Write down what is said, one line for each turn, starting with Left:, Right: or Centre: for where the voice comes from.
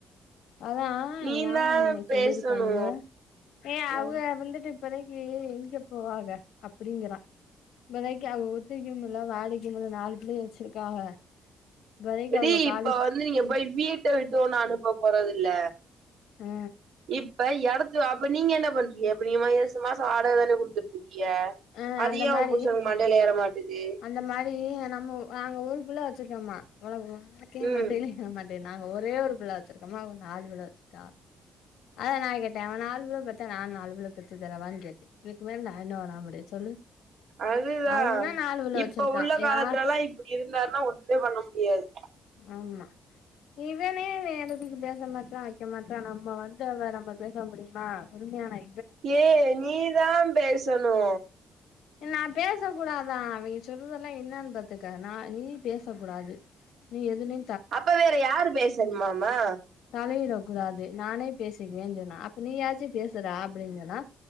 Left: அதா எங்க
Right: நீ
Left: மாமமும்மை
Right: தா
Left: சொல்லியிருக்காளுக
Right: பேசணு
Left: ஏ அவ்க
Right: ஆ
Left: வந்துட்டு இப்பதைக்கு எங்க போவாக அப்படிங்கிறா இப்பதைக்கு அவு ஒத்திக்கும் இல்ல வாடைக்குமுல்ல நாலு பிள்ளையே வச்சிருக்காக இப்பதைக்கு
Right: ஏடி
Left: அவ காலி
Right: இப்ப வந்து நீங்க போய் வீட்ட விட்டு ஒன்னு அனுப்ப போறதுல்ல
Left: ஆ
Right: இப் ப எடத்து அப்ப நீங்க என்ன பண்றீங்க இப்ப நீங்க <unintelligible> மாசோ வாடக தானே குடுத்துட்டுருக்கீயே
Left: ஆ
Right: அது
Left: அந்த
Right: ஏ
Left: மாரி
Right: ஒ புருஷன்க் மண்டையில ஏற மாட்டுது
Left: அந்த மாரி நம்ம நாங்க ஊரு ஃபுல்லா வச்சிருக்கோம்மா <unintelligible>
Right: ம்
Left: என்ன மாட்டே நாங்க ஒரே ஒரு புள்ள வச்சிருக்கோம்மா அவ நாலு புள்ள வச்சிருக்காகளா அதா நா கேட்டே அவ நாலு புள்ள பெத்தா நானு நாலு புள்ள பெத்து தரவான் கேட்டே இதுக்கு மேல நா இன்னு நா பண்ண முடியு சொல்லு
Right: அதுதா
Left: அவனா நாலு புள்ள
Right: இப்ப
Left: வச்சிருக்கா
Right: உள்ள காலத்துலல்லா
Left: யார்
Right: இப்டி இருந்தாருன்னா ஒன்னுமே பண்ண முடியாது
Left: ஆமா இவனே வேடத்துக்கு பேச மாட்றா வைக்க மாட்றா நம்ம வந்தவ நம்ம பேச முடியுமா பொறுமையானை
Right: ஏ நீதான் பேசணூ
Left: நா பேசக்கூடாதா அவிங்க சொல்றதல்லா என்னன் பாத்துக்க நா நீ பேசக் கூடாது நீ எது நீ
Right: அப்ப வேர யாரு பேசணுமாமா
Left: தலையிடக் கூடாது நானே பேசிக்குவேன் சொன்னா அப்ப நீ யாச்சு பேசுறா அப்டின் சொன்னா